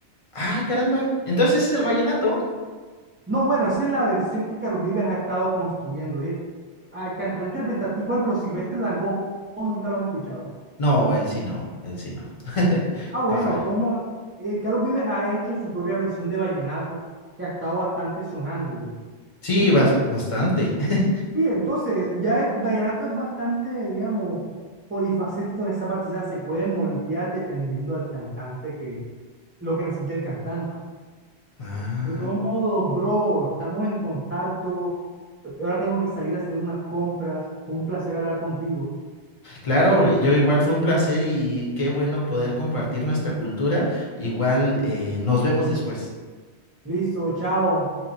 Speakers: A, on the left; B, on the right.
A: Ah, caramba. Entonces ese es el vallenato.
B: No, bueno, esa es la versión que Carlos Vives ha estado construyendo. De, a cantante representativo, por ejemplo, Silvestre Dangond, nunca los he escuchado.
A: No, él sí no, él sí no. <laughs>
B: Ah, bueno,
A: Te fallo.
B: de todos modos, eh, Carlos Vives ha hecho su propia versión de vallenato, que ha estado bastante sonando ya.
A: Sí,
B: Entonces,
A: bas- bastante. <laughs>
B: sí, entonces, ya el vallenato es bastante, digamos, polifacético en esa parte, ya se puede moldear dependiendo del cantante que, lo que necesita el cantante.
A: Ah,
B: De todos modos, bro, estamos en contacto. Ahora tengo que salir a hacer unas compras. Fue un placer hablar contigo.
A: claro, yo igual fue un placer y qué bueno poder compartir nuestra cultura. Igual eh, nos vemos después.
B: Listo, chao.